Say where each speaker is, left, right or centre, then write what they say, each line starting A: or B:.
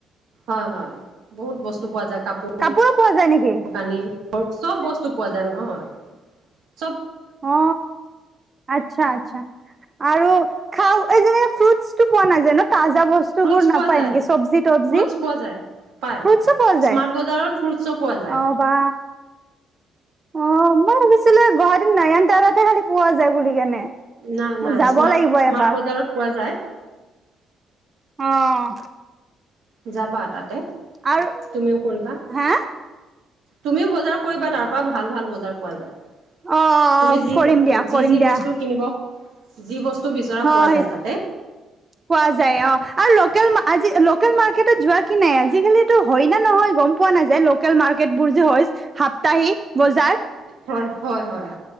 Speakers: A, on the right; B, on the right.
A: হয় হয় বহুত বস্তু পোৱা যায় কাপোৰ।
B: কাপোৰো
A: কাপোৰ
B: পোৱা যায় নেকি?
A: কানি সব চব বস্তু পোৱা যায়। বজাৰ ন'
B: অ আচ্ছা -আচ্ছা আৰু খাও এই যে ফ্ৰুটচ টো পোৱা নাই যে ন। তাজা বস্তু
A: ফ্ৰুটছ
B: বোৰ নাপায়
A: পোৱা যায়
B: নেকি চব্জি তবজি
A: ফ্ৰুটছ পোৱা যায় পায়।
B: ফ্ৰুটছো পোৱা যায়
A: স্মাৰ্ট বজাৰত ফ্ৰুটছো পোৱা যায়
B: অ 'বা অ' মই ভাবিছিলো গুৱাহাটীত নাৰন াৱালাে খালি পোৱা যায় বুলি কেনে
A: নাই নাই
B: যাব
A: স্মাৰ্ট
B: লাগিব
A: স্মাৰ্ট
B: এবাৰ
A: বজাৰত পোৱা যায়।
B: অ'
A: যাবা তাতে।
B: আৰু
A: তুমিও কৰিবা
B: হা।
A: তুমিও বজাৰ কৰিবা তাৰ পৰা ভাল-ভাল বজাৰ পোৱা যায়।
B: অ
A: তুমি যি
B: কৰিম দিয়া
A: যি
B: কৰিম
A: যি
B: দিয়া।
A: বস্তু কিনিব যি বস্তু, বিচৰা
B: হয়।
A: পোৱা যায় তাতে
B: পোৱা যায় অ' আৰু লোকেল মা আজি লোকেল মাৰ্কেটত যোৱা কি নাই আজিকালিতো হয় ন নহয় গম পোৱা নাযায় লোকেল মাৰ্কেট। বোৰ যে হৈ সাপ্তাহি বজাৰ।
A: হয়-হয়-হয়।